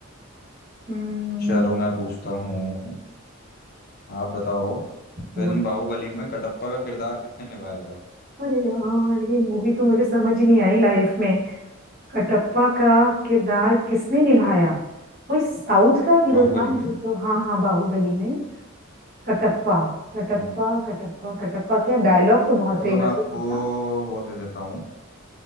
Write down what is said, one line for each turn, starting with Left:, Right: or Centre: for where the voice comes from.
Right: हम्म,
Left: चलो मैं पूछता हूँ आप बताओ फिल्म
Right: रुको।
Left: बाहुबली में कटप्पा का किरदार किसने निभाया था
Right: अरे यार ये मूवी तो मुझे समझ ही नहीं आई लाइफ में कटप्पा का किरदार किसने निभाया कोई साउथ का हीरो
Left: बाहुबली
Right: था मुझे
Left: में
Right: तो हाँ हाँ बाहुबली में कटप्पा कटप्पा
Left: हम्म,
Right: कटप्पा कटप्पा क्या डायलॉग तो बहुत
Left: चलो
Right: फेमस
Left: मैं आपको
Right: हुआ था
Left: वो दे देता हूँ